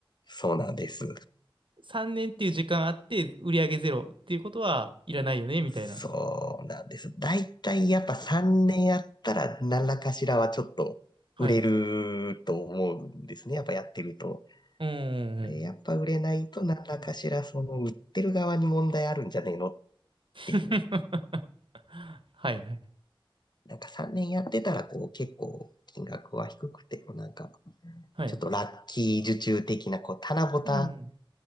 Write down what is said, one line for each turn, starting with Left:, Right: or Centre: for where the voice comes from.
Left: そうなんです。
Right: 3年っていう時間あって売り上げゼロっていうことはいらないよねみたいな。
Left: そうなんです。だいたいやっぱ3年やったら何らかしらはちょっと売れると思うんですね。
Right: はい。
Left: やっぱやってると。
Right: うんうんうん。
Left: で、やっぱ売れないと何らかしらその売ってる側に問題あるんじゃねえのっ
Right: <laughs>
Left: ていう。
Right: はいはい。
Left: なんか3年やってたらこう結構金額は低くて、こうなんか
Right: はい。
Left: ちょっとラッキー受注的なこう棚ぼた
Right: うん。